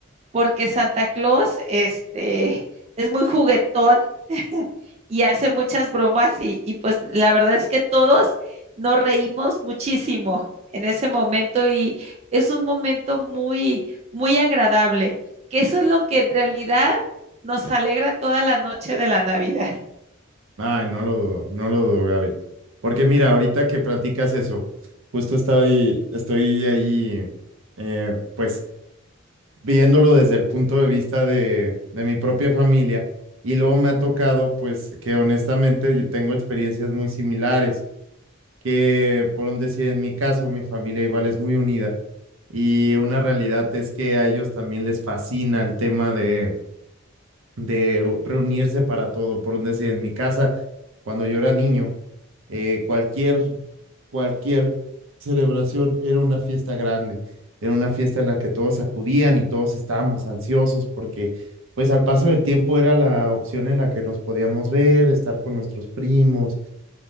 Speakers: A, on the right; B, on the right.
A: porque Santa Claus este, es muy juguetón <laughs> y hace muchas bromas y, y, pues la verdad es que todos nos reímos muchísimo en ese momento y es un momento muy, muy agradable, que eso es lo que en realidad nos alegra toda la noche de la Navidad.
B: Ay, no lo dudo, no lo dudo, Gaby. Porque mira, ahorita que platicas eso, justo estoy, estoy ahí, eh, pues, viéndolo desde el punto de vista de, de mi propia familia. Y luego me ha tocado, pues, que honestamente yo tengo experiencias muy similares, que por un decir, en mi caso, mi familia igual es muy unida. Y una realidad es que a ellos también les fascina el tema de de reunirse para todo. Por un decir, en mi casa, cuando yo era niño, eh, cualquier, cualquier celebración era una fiesta grande, era una fiesta en la que todos acudían y todos estábamos ansiosos porque pues al paso del tiempo era la opción en la que nos podíamos ver, estar con nuestros primos